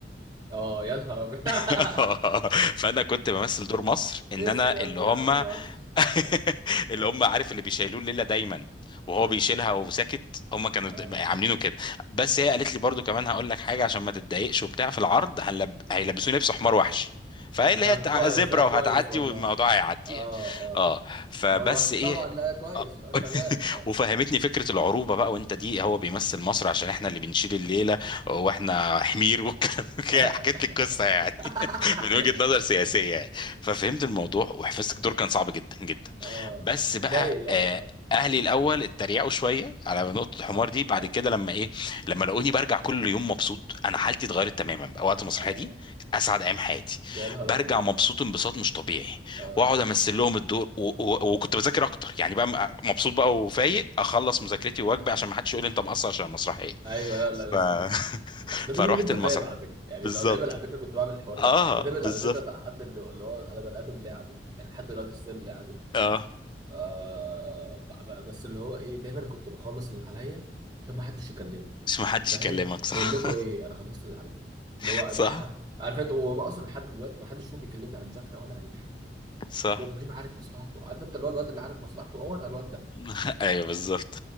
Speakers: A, on the right; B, on the left.
A: اه يا نهار ابيض
B: <laughs>
A: <laughs>
B: فانا كنت بمثل دور مصر ان
A: تسلم
B: انا اللي
A: يا
B: هم
A: مصر
B: <laughs>
A: اه
B: اللي
A: اه
B: هم عارف اللي بيشيلوه الليله دايما وهو بيشيلها وساكت هم كانوا د-
A: آه.
B: عاملينه كده بس هي قالت لي برضو كمان هقول لك حاجه عشان ما تتضايقش وبتاع في العرض هنلب... هيلبسوني لبس حمار وحشي فهي اللي
A: طب
B: هي تع-
A: كويس
B: زبره
A: لا كويس
B: وهتعدي
A: والله
B: والموضوع هيعدي
A: اه
B: يعني اه
A: اه
B: فبس
A: حمار وحش
B: ايه
A: طبعا لا كويس
B: آه،
A: اه شغال
B: وفهمتني فكرة العروبة بقى وانت دي هو بيمثل مصر عشان احنا اللي بنشيل الليلة واحنا حمير والكلام كده.
A: آه.
B: <laughs> حكيت لي القصة يعني
A: <laughs>
B: <laughs> من وجهة نظر سياسية يعني ففهمت الموضوع وحفظت الدور كان صعب جدا جدا
A: اه
B: بس بقى
A: باين يعني
B: آه،
A: اه
B: اهلي الاول اتريقوا شويه على نقطه الحمار
A: <laughs>
B: دي بعد كده لما ايه لما لقوني برجع كل يوم مبسوط انا حالتي اتغيرت تماما بقى وقت المسرحيه
A: اه
B: دي كانت اسعد ايام حياتي
A: يا نهار
B: برجع
A: ابيض
B: مبسوط انبساط مش طبيعي
A: اه
B: واقعد امثل لهم الدور و... و... وكنت بذاكر اكتر يعني بقى م- مبسوط بقى وفايق اخلص مذاكرتي وواجبي عشان ما حدش يقول لي انت مقصر عشان المسرحيه
A: ايوه لا
B: ف...
A: لا لذيذ
B: <laughs>
A: ده دليل
B: فروحت
A: اللي انت
B: المسرح
A: فاهم على فكره يعني
B: بالظبط
A: لو دايما على فكره كنت بعمل الحوار
B: اه
A: ده يعني دايما
B: بالظبط
A: على فكره ده حد اللي اللي هو انا بني ادم لاعبي يعني لحد دلوقتي ستيل لاعبي
B: اه
A: آه ب- ب- بس اللي هو ايه دايما كنت بخلص اللي عليا عشان ما حدش يكلمني
B: مش ما حدش
A: فاهم
B: يكلمك صح
A: بقول لكم ايه انا خلصت اللي عليا
B: <laughs>
A: اللي هو
B: صح
A: بقى عارف انت وهو اصلا لحد دلوقتي ما حدش فيهم بيكلمني على مذاكره ولا اي حاجه
B: صح
A: وابراهيم عارف مصلحته عارف انت اللي هو الواد اللي عارف مصلحته هو انا الواد
B: <laughs> ايوه بالظبط